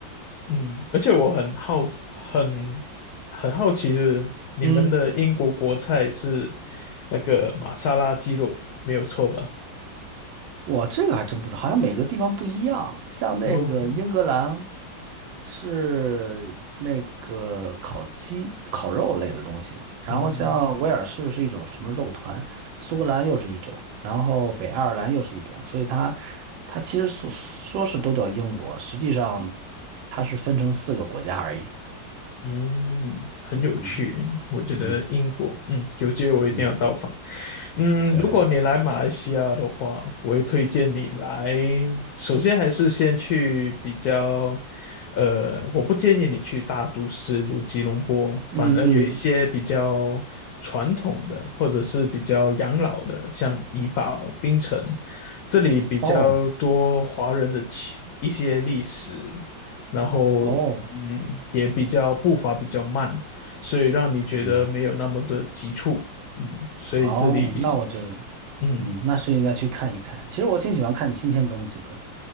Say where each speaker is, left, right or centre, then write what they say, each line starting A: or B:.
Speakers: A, on the left (about 75°); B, on the right (about 80°).
A: 嗯，而且我很好很很好奇，就是你们的英国国菜是
B: 嗯。
A: 那个玛莎拉鸡肉，没有错吧？
B: 我这个还真不知道，好像每个地方不一样。像那个英格兰
A: 哦，
B: 是那个烤鸡、烤肉类的东西，然后像威尔士是一种什么肉团，
A: 嗯，
B: 苏格兰又是一种，然后北爱尔兰又是一种，所以它它其实说说是都叫英国，实际上它是分成四个国家而已。
A: 嗯，很有趣诶我觉得英国，
B: 嗯嗯
A: 嗯，有机会我一定要到访。
B: 嗯，
A: 嗯，
B: 对，
A: 如果你来马来西亚的话，我会推荐你来。首先还是先去比较，呃，我不建议你去大都市如吉隆坡，反而有一些比较传统的或者是比较养老的，
B: 嗯嗯，
A: 像怡保、槟城，这里比较多华人的起一些历史，
B: 哦
A: 然后嗯，
B: 哦，
A: 也比较步伐比较慢，所以让你觉得没有那么的急促，
B: 嗯
A: 嗯，所以这里
B: 哦，那我觉得。
A: 嗯，
B: 嗯，那是应该去看一看。其实我挺喜欢看新鲜东西的。